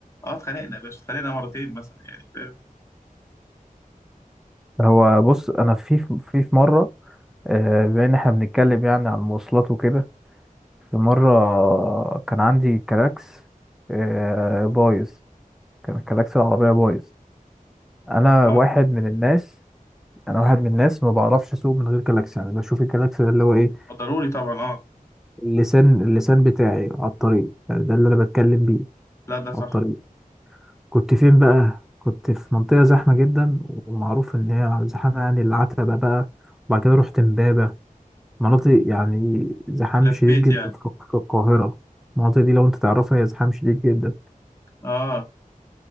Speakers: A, on the left; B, in the centre.
A: اه اتخانقنا يا باشا اتخانقنا مرتين مثلا يعني فاهم
B: هو بص انا في في في مره آه، بما ان احنا بنتكلم يعني عن المواصلات وكده في مره كان عندي كلاكس آه، بايظ كان كلاكس العربيه بايظ انا
A: اه
B: واحد من الناس انا واحد من الناس ما بعرفش اسوق من غير كلاكس يعني بشوف الكلاكس ده اللي هو ايه
A: ضروري طبعا اه
B: اللسان اللسان بتاعي على الطريق يعني ده اللي انا بتكلم بيه
A: لا ده صح
B: على الطريق كنت فين بقى كنت في منطقه زحمه جدا ومعروف ان هي زحمه يعني العتبه بقى وبعد كده رحت امبابه مناطق يعني زحام
A: لفيت
B: شديد جدا
A: يعني
B: في في القاهرة المناطق دي لو انت تعرفها هي زحام شديد جدا
A: اه